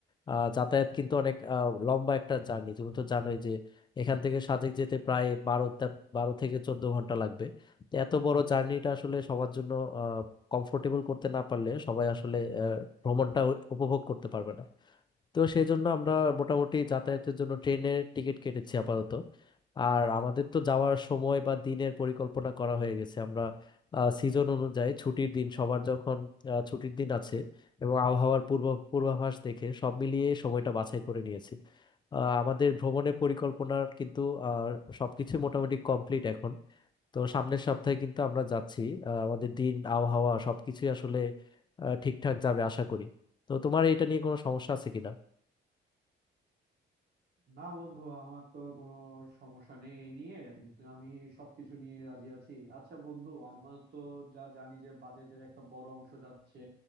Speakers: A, on the left; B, on the right.
A: আহ, যাতায়াত কিন্তু অনেক আহ, লম্বা একটা জার্নি তুমি তো জানোই যে এখান থেকে সাজেক যেতে প্রায় বারো তা- বারো থেকে চোদ্দ ঘন্টা লাগবে তো এত বড় জার্নিটা আসলে সবার জন্য কমফোর্টেবল করতে না পারলে সবাই আসলে আহ, ভ্রমণটা উ- উপভোগ করতে পারবে না তো সেই জন্য আমরা মোটামুটি যাতায়াতের জন্য ট্রেনের টিকিট কেটেছি আপাতত আর আমাদের তো যাওয়ার সময় বা দিনের পরিকল্পনা করা হয়ে গেছে আমরা সিজন অনুযায়ী ছুটির দিন সবার যখন আহ, ছুটির দিন আছে এবং আবহাওয়ার পূর্ব পূর্বাভাস দেখে সব মিলিয়ে সময়টা বাছাই করে নিয়েছি আহ, আমাদের ভ্রমণের পরিকল্পনার কিন্তু আহ, সবকিছু মোটামুটি কমপ্লিট এখন তো সামনের সপ্তাহে কিন্তু আমরা যাচ্ছি আহ, আমাদের দিন আবহাওয়া সবকিছুই আসলে আহ, ঠিকঠাক যাবে আশা করি তো তোমার এটা নিয়ে কোনো সমস্যা আছে কিনা
B: না বন্ধু আমার তো কোনো সমস্যা নেই এ নিয়ে আমি সবকিছু নিয়ে রাজি আছি আচ্ছা বন্ধু আমার তো যা জানি যে বাজেটের একটা বড় অংশ যাচ্ছে